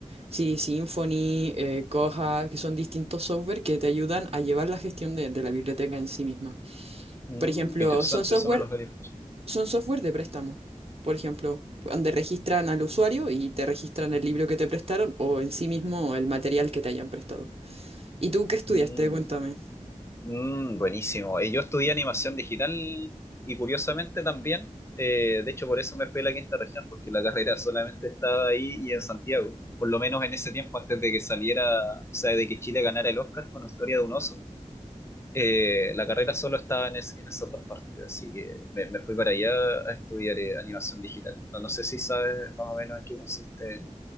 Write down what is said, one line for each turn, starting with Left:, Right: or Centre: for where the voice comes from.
Right: CD Symfony, eh, Koha, que son distintos software que te ayudan a llevar la gestión de, de la biblioteca en sí misma.
Left: Mm,
Right: Por ejemplo,
Left: qué interesante,
Right: son software
Left: eso no lo había escuchado.
Right: son software de préstamo, por ejemplo, donde registran al usuario y te registran el libro que te prestaron o en sí mismo el material que te hayan prestado. ¿Y tú qué estudiaste?
Left: Mm.
Right: Cuéntame.
Left: Mm, buenísimo. Eh, Yo estudié animación digital y curiosamente también, eh, de hecho por eso me fui a la quinta región, porque la carrera solamente estaba ahí y en Santiago, por lo menos en ese tiempo antes de que saliera, o sea, de que Chile ganara el Oscar con Historia de un oso, eh, la carrera solo estaba en, es- en esas dos partes, así que me, me fui para allá a estudiar eh, animación digital. No, no sé si sabes más o menos en qué consiste.